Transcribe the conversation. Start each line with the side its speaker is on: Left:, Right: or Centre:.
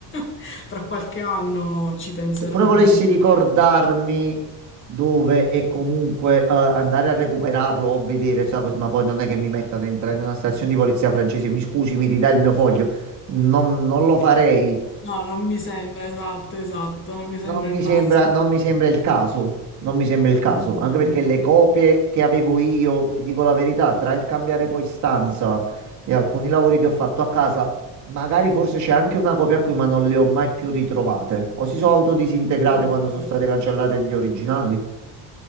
Left: <laughs> Tra qualche anno ci penseranno.
Right: Se pure volessi ricordarmi dove e comunque eh, andare a recuperarlo o vedere, sa, cos- ma poi non è che mi metta dentro in una stazione di polizia francese, mi scusi, mi ridà il mio foglio. Non, non lo farei
Left: No, non mi sembra, esatto, esatto, non mi sembra
Right: Non mi
Left: il massimo.
Right: sembra, non mi sembra il caso, non mi sembra il caso,
Left: Sì, sì,
Right: anche
Left: sì.
Right: perché le copie che avevo io, ti dico la verità, tra il cambiare poi stanza e alcuni lavori che ho fatto a casa, magari forse c'è anche una copia qui, ma non le ho mai più ritrovate. O si sono autodisintegrate
Left: Ah,
Right: quando
Left: ok.
Right: sono state cancellate gli originali.